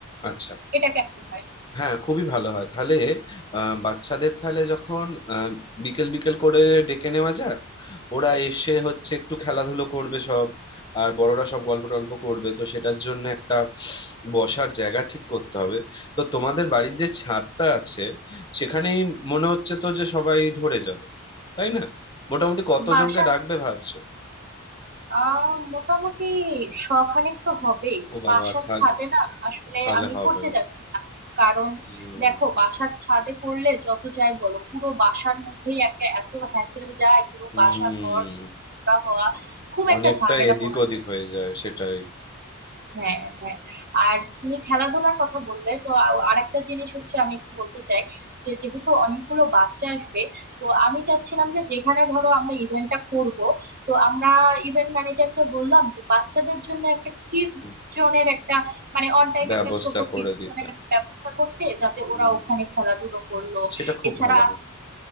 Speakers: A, on the left; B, on the right.
A: আচ্ছা
B: এটা কেমন হয়
A: হ্যাঁ খুবই ভালো হয় তাহলে আহ, বাচ্চাদের তাহলে যখন আহ, বিকেল বিকেল করে ডেকে নেওয়া যাক ওরা এসে হচ্ছে একটু খেলাধুলো করবে সব আর বড়রা সব গল্প টল্প করবে তো সেটার জন্য একটা বসার জায়গা ঠিক করতে হবে তো তোমাদের বাড়ির যে ছাদটা আছে সেখানেই মনে হচ্ছে তো যে সবাই ধরে যাবে তাই না মোটামুটি কতজনকে
B: বাসার
A: ডাকবে ভাবছো
B: আহ মোটামুটি শখানেক তো হবেই
A: ও বাবা
B: বাসার
A: তাহলে
B: ছাদে না আসলে
A: তাহলে
B: আমি
A: হবে
B: করতে
A: না
B: যাচ্ছি না কারণ
A: হুম
B: দেখো বাসার ছাদে করলে যত যাই বলো পুরো বাসার মধ্যেই একটা এত হ্যাসেল যায় পুরো
A: হুম
B: বাসা ঘর নোংরা হওয়া খুব একটা
A: অনেকটা
B: ঝামেলা
A: এদিক
B: পোহাতে
A: ওদিক
B: হয়।
A: হয়ে যায় সেটাই
B: হ্যাঁ হ্যাঁ আর তুমি খেলাধুলার কথা বললে তো আ- আরেকটা জিনিস হচ্ছে আমি একটু বলতে চাই যে যেহেতু অনেকগুলো বাচ্চা আসবে তো আমি চাচ্ছিলাম যে যেখানে ধরো আমরা ইভেন্টটা করব তো আমরা ইভেন্ট ম্যানেজারকে বললাম যে বাচ্চাদের জন্য একটা কিড
A: হুম,
B: জোনের একটা মানে অন টাইম
A: ব্যবস্থা
B: একটা ছোট
A: করে
B: কিড
A: দিতে
B: জোনের একটা ব্যবস্থা করতে যাতে
A: হুম
B: ওরা ওখানে খেলাধুলো করলো
A: সেটা খুব
B: এছাড়া
A: ভালো হয়